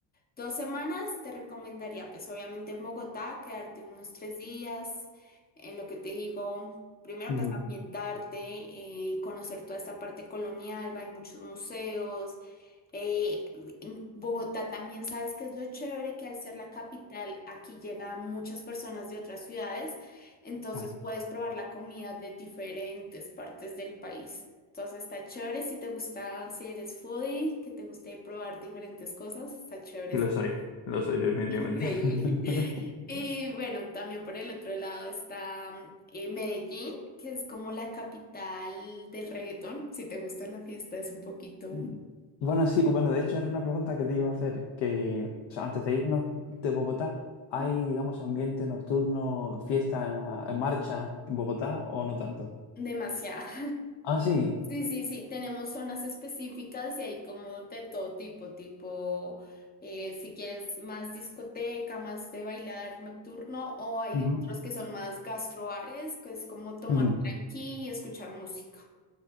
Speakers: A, on the left (about 20°); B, on the left (about 60°).
A: dos semanas, te recomendaría, pues obviamente en Bogotá, quedarte unos tres días, en lo que te digo. Primero,
B: Ujú.
A: pues ambientarte, eh, conocer toda esta parte colonial, hay muchos museos, eh, en Bogotá también sabes que es lo chévere que al ser la capital aquí llegan muchas personas de otras ciudades, entonces
B: Claro.
A: puedes probar la comida de diferentes partes del país. Entonces está chévere si te gusta, si eres foodie, que te guste probar diferentes cosas, está chévere,
B: Y
A: es
B: lo soy, lo soy definitivamente.
A: <laughs> increíble.
B: <laughs>
A: Y bueno, también por el otro lado está eh, Medellín, que es como la capital del reggaetón. Si te gusta la fiesta, es un poquito
B: Mm. Bueno, sí, bueno, de hecho era una pregunta que te iba a hacer, que o sea, antes de irnos de Bogotá, ¿hay,
A: mm,
B: digamos, ambiente nocturno, fiesta, eh, marcha en Bogotá o no tanto?
A: demasiado.
B: Ah, sí.
A: Sí, sí, sí, tenemos zonas específicas y hay como de todo tipo, tipo, eh, si quieres más discoteca, más de bailar nocturno, o hay
B: Ujú.
A: otros que son más gastroares, que es como tomar
B: Ujú.
A: tranqui y escuchar música.